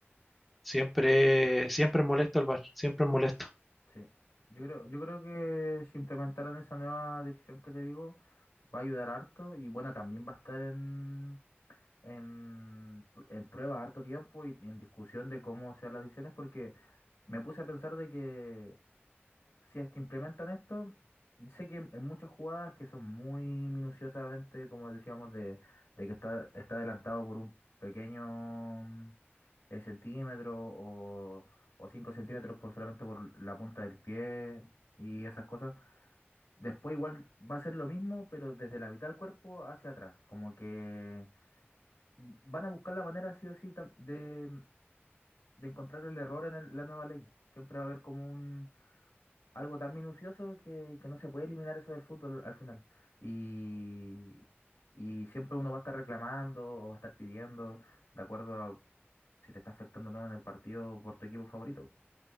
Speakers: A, in the centre; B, on the left.
A: siempre, siempre es molesto el VAR, siempre es molesto.
B: sí. Yo creo, yo creo que si implementaran esa nueva decisión que te digo, va a ayudar harto y bueno, también va a estar en, en, pr- en prueba harto tiempo y en discusión de cómo sean las decisiones porque me puse a pensar de que si es que implementan esto, sé que en, en muchas jugadas que son muy minuciosamente, como decíamos, de, de que está, está adelantado por un pequeño eh, centímetro o, o 5 centímetros por solamente por la punta del pie y esas cosas. Después igual va a ser lo mismo, pero desde la mitad del cuerpo hacia atrás. Como que van a buscar la manera sí o sí tam- de, de encontrar el error en el- la nueva ley. Siempre va a haber como un, algo tan minucioso que, que no se puede eliminar eso del fútbol al final. Y, y siempre uno va a estar reclamando o va a estar pidiendo, de acuerdo a si te está afectando o no en el partido por tu equipo favorito.